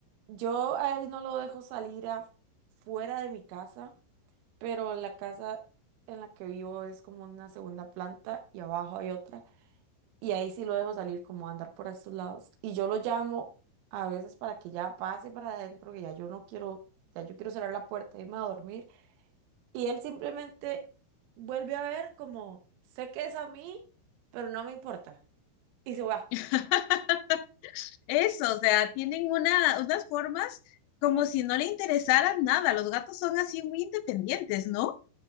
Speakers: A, on the right; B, on the left.
A: yo a él no lo dejo salir afuera de mi casa pero la casa en la que vivo es como una segunda planta y abajo hay otra. Y ahí sí lo dejo salir como a andar por estos lados. Y yo lo llamo a veces para que ya pase para adentro, que ya yo no quiero, ya yo quiero cerrar la puerta, e irme a dormir. Y él simplemente vuelve a ver como, sé que es a mí, pero no me importa. Y se va.
B: <laughs> Eso, o sea, tienen una, unas formas como si no le interesaran nada. Los gatos son así muy independientes, ¿no?